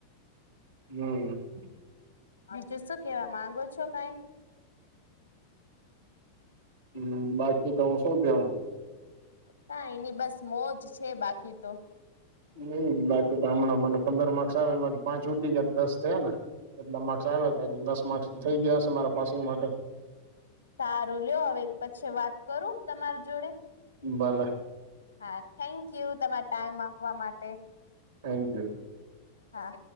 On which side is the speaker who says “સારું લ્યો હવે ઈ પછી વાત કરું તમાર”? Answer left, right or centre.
Left